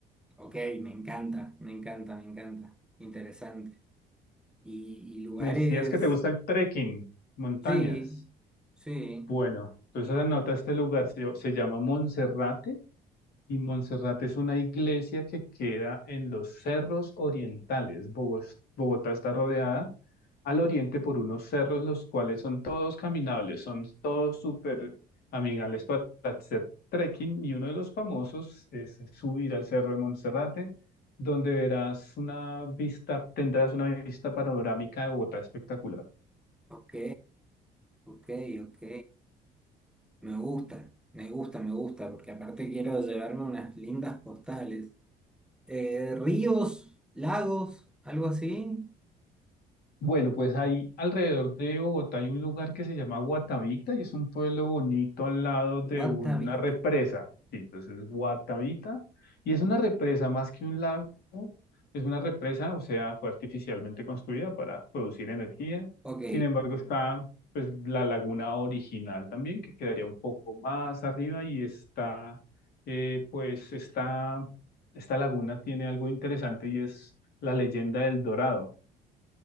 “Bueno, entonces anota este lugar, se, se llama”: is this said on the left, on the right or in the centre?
Left